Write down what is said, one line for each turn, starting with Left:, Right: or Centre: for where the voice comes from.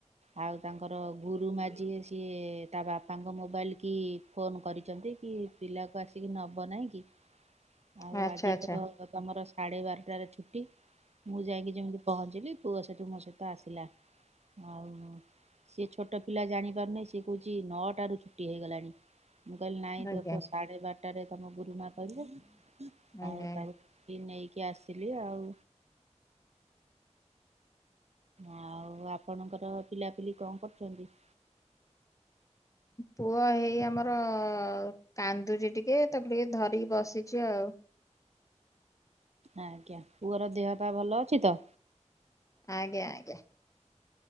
Right: ଆଉ ତାଙ୍କର ଗୁରୁମା ଯିଏ ସିଏ ତା ବାପାଙ୍କ ମୋବାଇଲ କି ଫୋନ୍ କରିଚନ୍ତି କି ପିଲାକୁ ଆସିକି ନବ ନାଇଁ କି।
Left: <inaudible>
Right: ଆଉ ଆଜି
Left: ଆଚ୍ଛା
Right: ତ ତମର ସାଢେ ବାରଟାରେ ଛୁଟି। ମୁଁ ଯାଇକି ଯେମିତି ପହଞ୍ଚିଲି ପୁଅ ସେଠୁ ମୋ ସହିତ ଆସିଲା। ଆଉ ସିଏ ଛୋ ଟ ପିଲା ଜାଣି ପାରୁନାହିଁ। ସେ କୋହୁଚି ନଅଟାରୁ ଛୁଟି ହେଇଗଲାଣି। ମୁଁ କହିଲି ନାଇଁ ତୋର
Left: ଆଜ୍ଞା
Right: ତ ସାଢେ ବାରଟାରେ ତମ ଗୁରୁମା କହିଲେ
Left: ଆଜ୍ଞା
Right: ଆଉ <unintelligible> ବି ନେଇକି ଆସିଲି ଆଉ। ଆଉ ଆପଣଙ୍କର ପିଲାପିଲି କଣ କରୁଚନ୍ତି?
Left: ପୁଅ ହେଇ ଆମର କାନ୍ଦୁଚି ଟିକେ ତାକୁ ଟିକେ ଧରିକି ବସିଚି ଆଉ।
Right: ଆଜ୍ଞା ପୁଅର ଦେହ ପା ଭଲ ଅଛି ତ?
Left: ଆଜ୍ଞା ଆଜ୍ଞା।